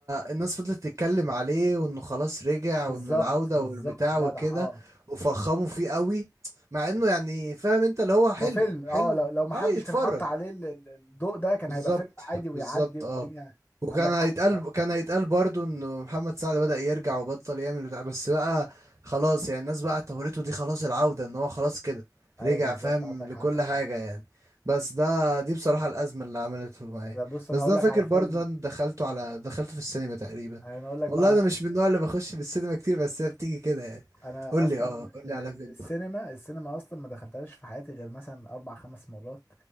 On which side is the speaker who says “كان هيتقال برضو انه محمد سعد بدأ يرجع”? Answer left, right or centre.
Right